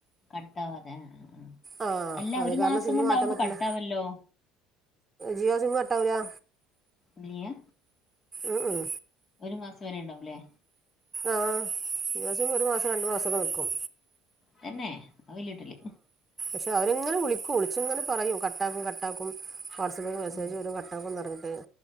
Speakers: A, on the left; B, on the right.
A: കട്ടവാതെ ആ ആഹ് ആഹ്.
B: ആ
A: അല്ല
B: അത്
A: ഒരു
B: കാരണം
A: മാസം
B: സിമ്മ്
A: കൊണ്ടാവുമ്പോ
B: മാറ്റാൻ പറ്റില്ല
A: കട്ടാവല്ലോ
B: ജിയോ സിമ്മ് ഇണ്ടാവൂലാ
A: നീയാ
B: ഉം ഉം
A: ഒരു മാസം വരെ ഇണ്ടാവുല്ലേ
B: ആ <unintelligible> ഒരു മാസം രണ്ടു മാസൊക്കെ നിക്കും
A: തെന്നെ അത് വെല്ല്യ കിട്ടല്
B: പക്ഷെ അവരിങ്ങനെ വിളിക്കും വിളിച്ചിങ്ങനെ പറയും കട്ടാക്കും കട്ടാക്കും വാട്സആപ്പിൽ മെസേജ
A: ആ
B: വരും കട്ടാക്കും <unintelligible> മ്മ്.